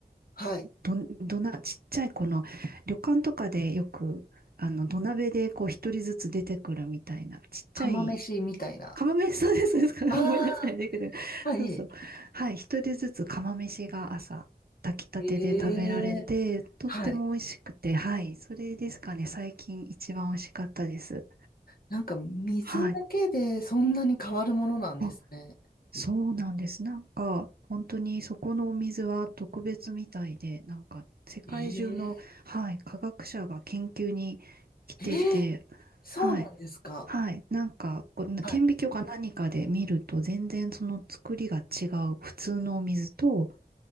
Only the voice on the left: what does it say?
はい。
釜飯みたいな。
あ
あーはい。
ええ
はい。
なんか水だけでそんなに変わるものなんですね。
ええ
ええそうなんですか。
はい。